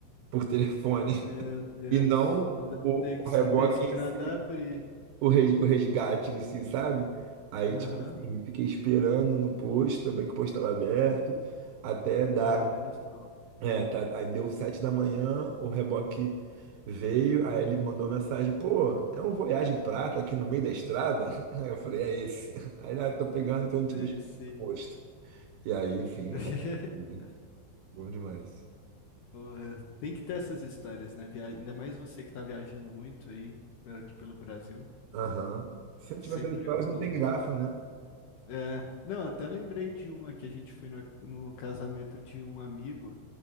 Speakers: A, on the right; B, on the left.
A: por telefone
B: Meu
A: <laughs>
B: Deus.
A: e não
B: Então deve
A: o,
B: ter que
A: o reboque,
B: ter esperado
A: em si,
B: abrir.
A: o res- o resgate em si, sabe? Aí,
B: Aham.
A: tipo assim, fiquei esperando no posto, bem que o posto estava aberto, até dar.
B: Ah, menos mal.
A: É, tá, aí deu sete da manhã, o reboque veio, aí ele mandou mensagem, pô, é um Voyage Prata aqui no meio da estrada? <laughs> Aí eu falei, é esse. <laughs> Aí ele, ah, tô pegando, tô indo
B: Esse.
A: te buscar no posto. E aí, enfim,
B: <laughs>
A: o resto, né? bom demais.
B: Porra, tem que ter essas histórias, né? Via... Ainda mais você que tá viajando muito aí, pelo- aqui pelo Brasil.
A: Aham. Se eu não
B: Sempre
A: tivesse essas histórias,
B: rola.
A: não tem graça, né?
B: É, não, até lembrei de uma que a gente foi no, no casamento de um amigo